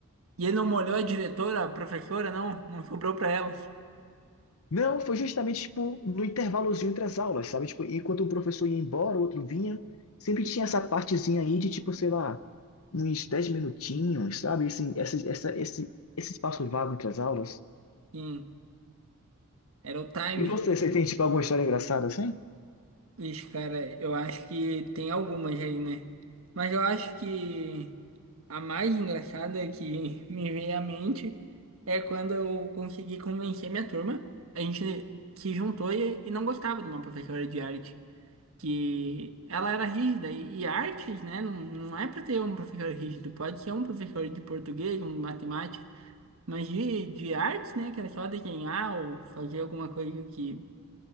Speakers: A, on the right; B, on the left.
A: e ele não molhou a diretora, a professora, não. Não sobrou pra ela.
B: Não, foi justamente, tipo, no intervalozinho entre as aulas, sabe? Tipo, enquanto um professor ia embora, o outro vinha, sempre tinha essa partezinha aí de, tipo, sei lá, uns 10 minutinhos, sabe? Assim, essa, essa, esse, esse espaço vago entre as aulas.
A: Sim, era o time.
B: E você, você tem, tipo, alguma história engraçada, assim?
A: Ixi, cara, eu acho que tem algumas aí, né? Mas eu acho que a mais engraçada que <laughs> me veio à mente é quando eu consegui convencer minha turma. A gente se juntou e, e não gostava de uma professora de arte. Que ela era rígida. E, e artes, né? Não, não é pra ter um professor rígido. Pode ser um professor de português, um de matemática. Mas de, de artes, né? Que era só desenhar ou fazer alguma coisa que